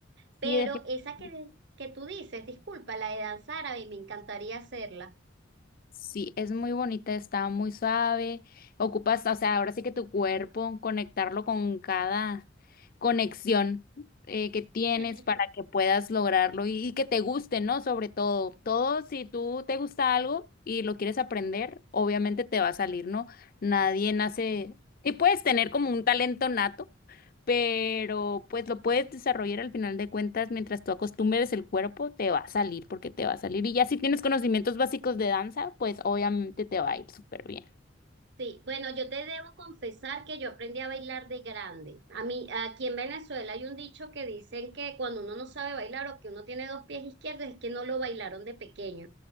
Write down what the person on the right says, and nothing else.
Pero
esa que, que tú dices, disculpa, la de danzar, árabe, me encantaría hacerla.
<laughs>
Sí, bueno, yo te debo confesar que yo aprendí a bailar de grande. A mí, aquí en Venezuela hay un dicho que dicen que cuando uno no sabe bailar o que uno tiene dos pies izquierdos es que no lo bailaron de pequeño.